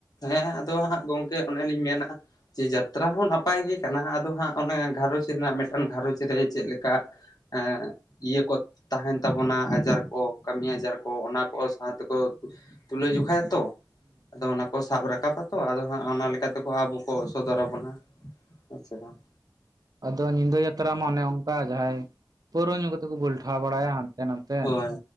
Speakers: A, on the left; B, on the right.
A: ᱦᱮᱸ ᱟᱫᱚ ᱦᱟᱸᱜ ᱜᱚᱝ ᱠᱮ ᱚᱱᱮᱞᱤᱧ ᱢᱮᱱᱟ ᱡᱮ ᱡᱟᱛᱨᱟ ᱦᱚᱸ ᱱᱟᱯᱟᱭ ᱜᱮ ᱠᱟᱱᱟ ᱟᱫᱚ ᱦᱟᱸᱜ ᱚᱱᱮ ᱜᱷᱟᱨᱚᱸᱡ ᱨᱮᱱᱟᱜ ᱢᱤᱫᱴᱟᱝ ᱜᱷᱟᱨᱚᱸᱧᱡᱽ ᱨᱮ ᱪᱮᱫ ᱞᱮᱠᱟ ᱮᱸᱜ ᱤᱭᱟᱹ ᱠᱚ ᱛᱟᱦᱮᱸᱱ ᱛᱟᱵᱚᱱᱟ ᱟᱡᱟᱨ ᱠᱚ, ᱠᱟᱹᱢᱤ ᱟᱡᱨ ᱠᱚ ᱚᱱᱟ ᱠᱚ ᱥᱟᱶᱛᱮᱠᱚ ᱛᱩᱞᱟᱹ ᱡᱚᱠᱷᱟᱭᱟ ᱛᱚ ᱟᱫᱚ ᱚᱱᱟ ᱠᱚ ᱥᱟᱵ ᱨᱟᱠᱟᱵᱟᱛᱚ ᱟᱫᱚ ᱦᱟᱸᱜ ᱚᱱᱟ ᱞᱮᱠᱟ ᱛᱮᱠᱚ ᱟᱵᱚ ᱠᱚ ᱥᱚᱫᱚᱨᱟᱵᱚᱱᱟ ᱦᱮᱸᱥᱮ ᱵᱟᱝ?
B: ᱟᱫᱚ ᱧᱤᱫᱟᱹ ᱡᱟᱛᱨᱟ ᱢᱟ ᱚᱱᱮ ᱚᱱᱠᱟ ᱡᱟᱦᱟᱸᱭ ᱯᱟᱹᱣᱨᱟᱹ ᱧᱩ ᱠᱟᱛᱮ ᱠᱚ ᱜᱚᱞᱴᱷᱟᱣ ᱵᱟᱲᱟᱭᱟ ᱦᱟᱸᱱᱛᱮ ᱱᱟᱛᱮ,
A: ᱦᱳᱭ